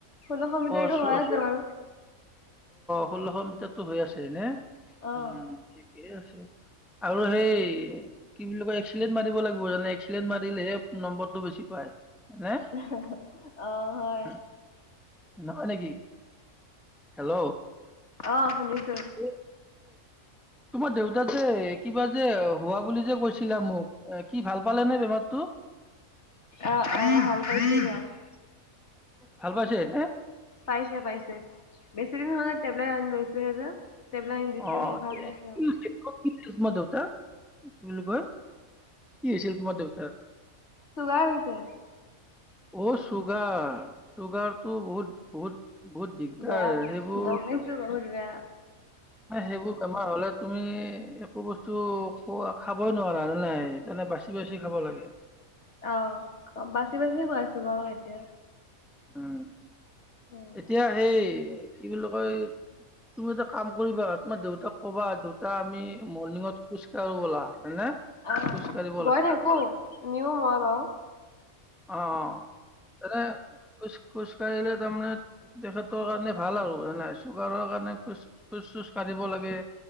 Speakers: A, on the left; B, in the centre.
A: ষোল্লশ মিটাৰটো
B: <unintelligible> অ
A: হৈ
B: অ
A: আছে বাৰু।
B: ষোল্লশ এাতো হৈ আছে নে
A: অ',
B: উম ঠিকেই আছে। আৰু সেই কি বুলি কয় এক্সিলেণ্ট মাৰিব লাগিব জানে এক্সেণ্ট মাৰিলেহে নম্বৰটো বেছি পায়। নে
A: অৱ হয়।
B: উম, নহয় নেকি, হেল্ল'।
A: অ শুনিছো।
B: এ, তোমাৰ দেউতা যে কিবা যে হোৱা বুলি যে কৈছে? মোক কি ভাল পালে নে বেমাৰটো!
A: অৱ অৱ ভাল পাইছে দিয়ক।
B: ভাল পাইছে এ
A: পাইছে পাইছে বেছি দিন হোৱা নাই, টেবলেট আনি লৈছোহে যে টেবলেট আনি দিছোহে
B: অ
A: ভাল
B: এ,
A: পাইছে
B: কি
A: আও
B: হৈছিল? ক'ত কি <unintelligible> কি বুলি কয় কি হৈছিল তোমাৰ দেউতাৰ?
A: চুগাৰ হৈছে।
B: অ চুগাৰ, চুগাৰতটো বহুত বহুত বহুত দিগদাৰ
A: বেয়া
B: সেইবোৰ
A: গম পাইছো বহুত বেয়া
B: ন সেইবোৰ বেমাৰ হলে তুমি একো বস্তু খোৱা খাবই নোৱাৰা নাই মানে বাচি বাচি খাব লাগে।
A: আহ বাচি বাচি গৈ আছো বাৰু এতিয়া।
B: উম,
A: উম,
B: এতিয়া সেই কি বুলি কয় তুমি এটা কাম কৰিবা তোমাৰ দেউতাক কবা দেউতা আমি মৰ্ণিঙত খোজকাঢ়ো ব'লা হয়নে
A: আহ
B: খোজ কাঢ়িব
A: গৈ
B: লাগে
A: থাকো নিও মই বাওঁ
B: অৱ, এনে খোজ খোজ কাঢ়িলে তাৰমানে তেখেতৰ কাৰণে ভাল আৰু, নাই চুগাৰৰ কাৰণে খোজ খোজ খোজ কাঢ়িব লাগে।